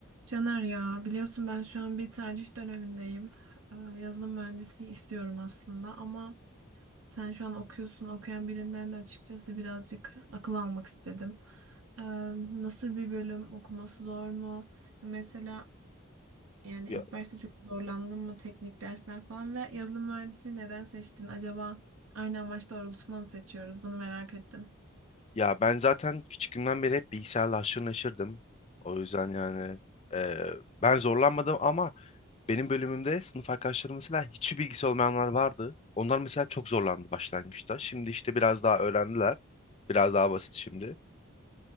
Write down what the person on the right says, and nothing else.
Caner ya biliyorsun ben şu an bir tercih dönemindeyim. Ee, Yazılım mühendisliği istiyorum aslında ama sen şu an okuyorsun. Okuyan birinden de açıkçası birazcık akıl almak istedim. Ee, Nasıl bir bölüm okuması zor mu? Mesela yani
ilk başta çok zorlandın mı teknik dersler falan ve yazılım mühendisliği neden seçtin? Acaba aynı amaç doğrultusunda mı seçiyoruz? Bunu merak ettim.